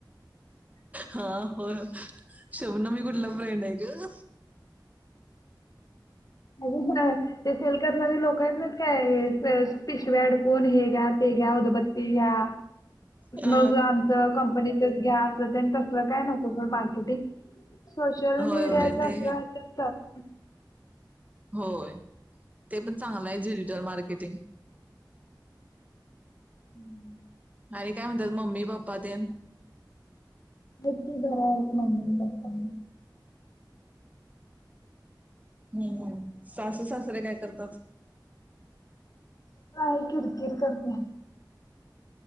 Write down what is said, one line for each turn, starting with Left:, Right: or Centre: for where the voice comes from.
Right: हा हो शब् न मी कुठला फ्रेंड आहे ग
Left: अ ते सेल करणारे लोक येत नाहीत काय पिशव्या अडकवून हे घ्या ते घ्या उदबत्ती घ्या
Right: अ
Left: मग आमच कंपनीच घ्या अस तेन तसलं काय नको गं मार्केटिंग सोशल
Right: होय
Left: मीडियाचा
Right: होय ते
Left: असल्यास तेन चालतय
Right: होय ते पण चांगलं आहे डिजिटल मार्केटिंग
Left: हम्म
Right: आणि काय म्हणतात मम्मी पप्पा तेन
Left: नक्की घर आहेत मम्मी पप्पा
Right: हम् सासु सासरे काय करतात
Left: काय किर किर कर त्या